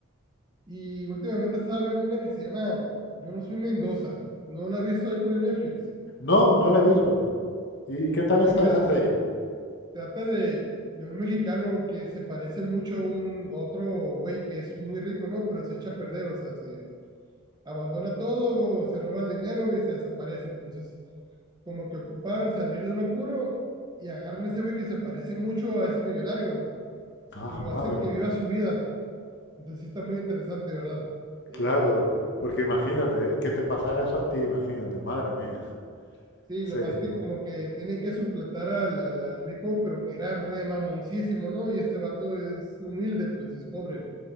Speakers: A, on the right; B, on the left.
A: Y últimamente estaba viendo una que se llama Yo no soy Mendoza. No la he visto ahí por el Netflix.
B: No, no la he visto. ¿Y, y qué tal
A: Y
B: está
A: mira,
B: esa serie?
A: trata de, de un mexicano que se parece mucho a un a otro güey que es muy rico, ¿no? Pero se echa a perder, o sea, se abandona todo, se roba el dinero y se desaparece. Entonces como que ocupan salir de un apuro y agarran a ese güey que se parece mucho a ese millonario
B: Ah,
A: y lo
B: madre,
A: hacen que viva su vida. Entonces sí está muy interesante, ¿verdad? Eh,
B: claro, porque imagínate, eh, que te pasara eso a ti, imagínate, madre mía,
A: sí,
B: serie,
A: nomás que como que tiene que suplantar al, al, al rico, pero que era re mamoncísimo, ¿no? Y este vato es humilde, pues es pobre.